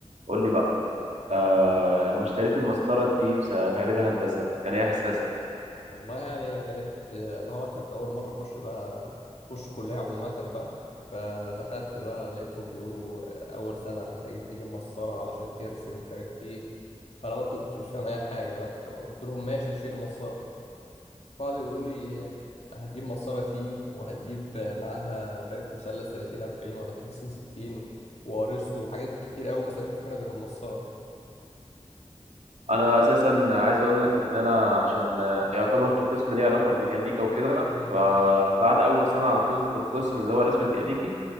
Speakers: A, on the right (about 85°); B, on the left (about 65°).
A: قول لي بقى آه لما اشتريت المسطره دي في س- في اعدادي هندسه كان ايه احساسك
B: والله يعني كانت آه، اللي هو كنت أول مرة أخش بقى أخش كلية عموما بقى فدخلت بقى لقيتهم بيقولوا آه، أول سنة محتاجين تجيب مسطرة علشان ترسم مش عارف إيه أنا بقى كنت مش فاهم أي حاجة بقى فقلت لهم ماشي هشتري مسطرة قعدوا يقولوا لي آه، هتجيب مسطرة تي وهتجيب آه، معاها مش عارف مثلث 30 40 ولا 30 60 وأرسطو وحاجات كتير أوي ما استفدتش منها غير المسطرة
A: انا اساسا عايز اقول لك ان انا عشان آه، يعتبر في قسم ليه علاقه بميكانيكا وكده
B: امم
A: فبعد اول سنه على طول في القسم اللي هو رسم ميكانيكي